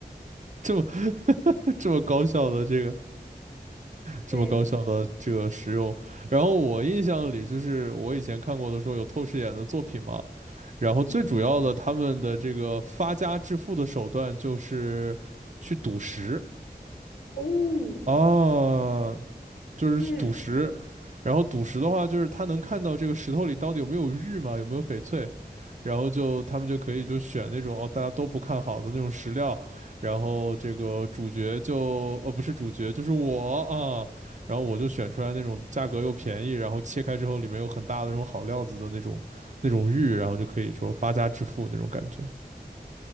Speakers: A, on the right; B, on the left.
A: 这么这么高效的这个这么高效的这个使用。
B: 对，
A: 然后我印象里就是我以前看过的说有透视眼的作品嘛，然后最主要的他们的这个发家致富的手段就是去赌石。
B: 嗯，哦，
A: 啊。就是赌石，
B: 对，
A: 然后赌石的话，就是他能看到这个石头里到底有没有玉嘛，有没有翡翠，然后就他们就可以就选那种哦大家都不看好的那种石料，然后这个主角就呃不是主角就是我啊，然后我就选出来那种价格又便宜，然后切开之后里面有很大的那种好料子的那种那种玉，然后就可以说发家致富那种感觉。